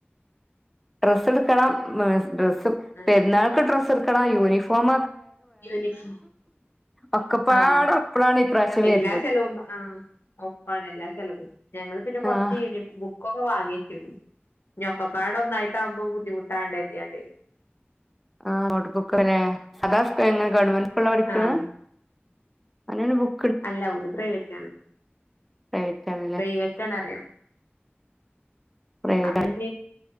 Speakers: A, in the centre; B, on the left.
A: ഡ്രസ്സ് ഇട്ക്കണം <unintelligible> ഡ്രസ്സ്
B: ആഹ്
A: പെരുന്നാൾക്ക് ഡ്രസ് <unintelligible> യൂണിഫോമ
B: യൂണിഫോം
A: ഒക്കപ്പാടെ
B: ആ
A: ഒപ്പളാണ് ഇപ്രാവശ്യം
B: എല്ലാ
A: വരുന്നത്
B: ചെലവും ആ ഒപ്പാണ് എല്ലാ ചെലവും ഞങ്ങള് പിന്നെ കൊറച്ച്
A: ആഹ്
B: യൂണി ബുക്കൊക്കെ വാങ്ങി ഞൊക്കെപ്പാട ഒന്നായിട്ടാകുമ്പോ ബുദ്ധിമുട്ടാണ്ട് <unintelligible>
A: ആ നോട്ട്ബുക്ക് അല്ലെ <unintelligible> ഗവൺമെന് <unintelligible> പഠിക്കണെ
B: ആഹ്
A: <unintelligible>
B: അല്ല ഓല് പ്രൈവറ്റ് ആണ്
A: പ്രൈവറ്റ് ആണല്ലേ
B: പ്രൈവറ്റ് ആണ് അറി
A: പ്രൈവറ്റ്
B: അപ്പഞ്